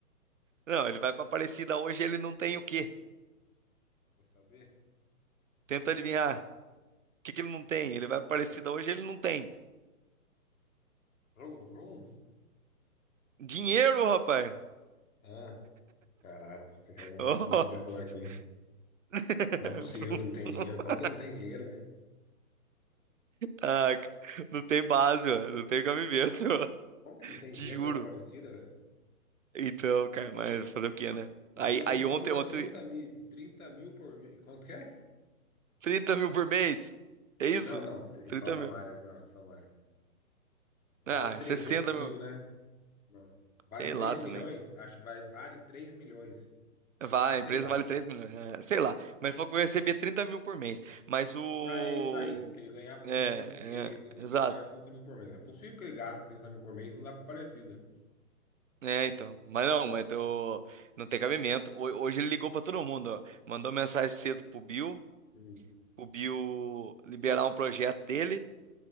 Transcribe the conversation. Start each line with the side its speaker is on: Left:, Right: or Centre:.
Right: Não, ele vai pra Aparecida hoje e ele não tem o quê?
Left: Vou saber.
Right: Tenta adivinhar. O que que ele não tem? Ele vai pra Aparecida hoje e ele não tem.
Left: Vrum, vrum.
Right: Dinheiro, rapaz!
Left: Ah, caralho, pensei que era alguma
Right: Nossa!
Left: coisa que eu não podia falar aqui.
Right: <laughs>
Left: Não é possível que não tem dinheiro. Como que não tem dinheiro, velho?
Right: Ah, ca- não tem base, ó. Não tem cabimento, <laughs> ó.
Left: Como que não tem
Right: Te
Left: dinheiro
Right: juro.
Left: pra ir pra Aparecida, velho?
Right: Então, cara, mas fazer o quê, né?
Left: A
Right: Aí,
Left: empresa dele
Right: aí
Left: fatura
Right: ontem, ontem,
Left: 30 mil, 30 mil por mês. Quanto que é?
Right: 30 mil por mês. É isso?
Left: Não, não, ele
Right: trinta
Left: falava
Right: mil.
Left: mais, não, ele falou mais. Vale
Right: Ah,
Left: 300
Right: 60
Left: mil,
Right: mil.
Left: né? Não. Vale
Right: Sei
Left: 3
Right: lá também.
Left: milhões? Acho que vai, vale 3 milhões.
Right: Vai,
Left: Ah, sei
Right: a empresa
Left: lá.
Right: vale 3 milhões. é, sei lá. Mas ele falou que eu recebia 30 mil por mês. Mas o.
Left: Ah, é isso aí, que ele ganhava
Right: É,
Left: 30 mil, por- que ele
Right: é,
Left: conseguia
Right: exato.
Left: tirar 30 mil por mês. É possível que ele gaste 30 mil por mês, que não dá pra parecida.
Right: É, então. Mas não, mas tô- não tem cabimento. Ho- Hoje ele ligou pra todo mundo, ó. Mandou mensagem cedo pro Bill,
Left: Hum,
Right: o Bill liberar um projeto dele